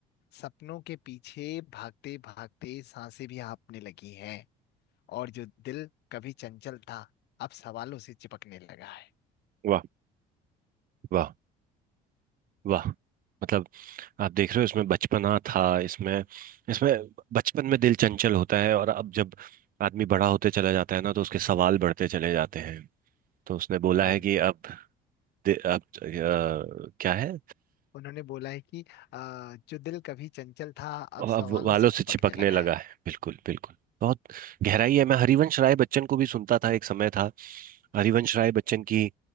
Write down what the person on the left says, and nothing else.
सपनों के पीछे भागते भागते सांसें भी हाँफने लगी हैं और जो दिल कभी चंचल था अब सवालों से चिपकने लगा है
वही
उन्होंने बोला है कि आ, जो दिल कभी चंचल था अब
सवालों
से चिपकने
लगा
है